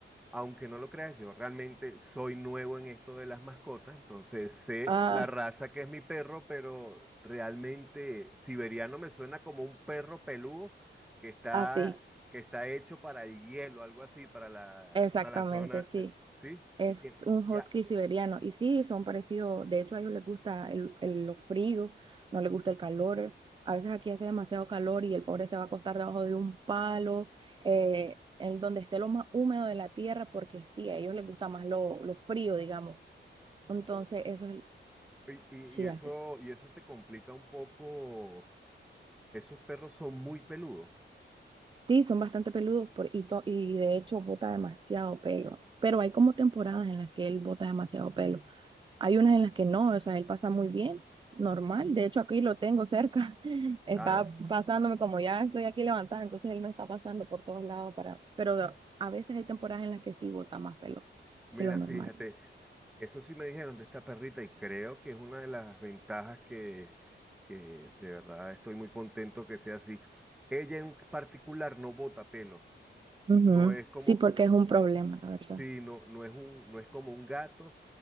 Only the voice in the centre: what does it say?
Aunque no lo creas, yo realmente soy nuevo en esto de las mascotas, entonces sé
la raza que es mi perro, pero realmente siberiano me suena como un perro peludo que está,
que está hecho para el hielo, algo así, para la,
para la zona,
eh, ¿sí?
Y que,
ya,
o-
y, y-
y eso,
y eso te complica un poco, esos perros son muy peludos.
Ah,
mira,
fíjate. Eso sí me dijeron de esta perrita y creo que es una de las ventajas que, que de verdad estoy muy contento que sea así. Ella en particular no bota pelo,
no es como,
sí, no, no es un, no es como un gato